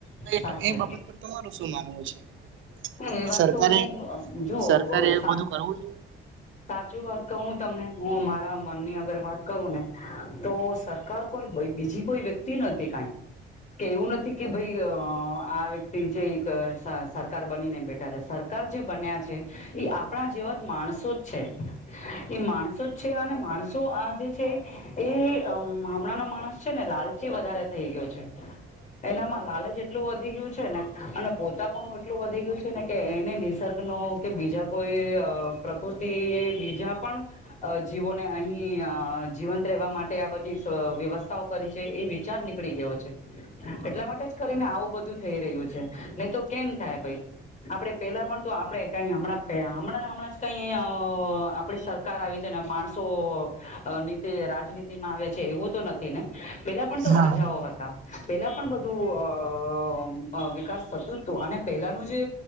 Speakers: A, on the left (about 40°); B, on the right (about 75°).
A: સાચી
B: તો એ બાબત પર તમારું શું માનવું છે
A: હ એ
B: કે
A: વાત
B: સરકારે
A: તો હું જોવ
B: સરકારે
A: હોય
B: એ
A: સાથ
B: બધું કરવું જોઈએ?
A: સાચું વાત કહું તમને હું મારા મનની અગર વાત કરું ને તો સરકાર કોઈ બીજી કોઈ વ્યક્તિ નથી કઈ કે એવું નથી કે ભાઈ અ આ વ્યક્તિ જે એક સરકાર બની ને બેઠા છે સરકાર જે બન્યા છે એ આપણા જેવા જ માણસો જ છે એ માણસો જ છે અને માણસો આજે છે એ હમણાંનો માણસ છે ને લાલચી વધારે થઈ ગયો છે એનામાં લાલચ એટલું વધી ગયું છે ને અને પોતા પણ એટલું વધી ગયું છે ને કે એને નિસર્ગ નો કે બીજા કોઈ પ્રકૃતિ એ બીજા પણ અ જીવોને અહી અ જીવંત રહેવા માટે આ બધી વ્યવસ્થાઓ કરી છે એ વિચાર નીકળી ગયો છે એટલા માટે જ કરીને આવું બધું થઈ રહ્યું છે નહી તો કેમ થાય ભાઈ આપણે પેલા પણ તો આપણે કઈ હમણાં હમણાં હમણાં ને જ કઈ અ આપણી સરકાર આવી છે ને માણસો નીતિ રાજનીતિમાં આવે છે એવું તો નથી ને પેલા પણ તો
B: હા
A: રાજાઓ હતા પેલા પણ બધું અ અ વિકાસ થતું હતું અને પેલાનું જે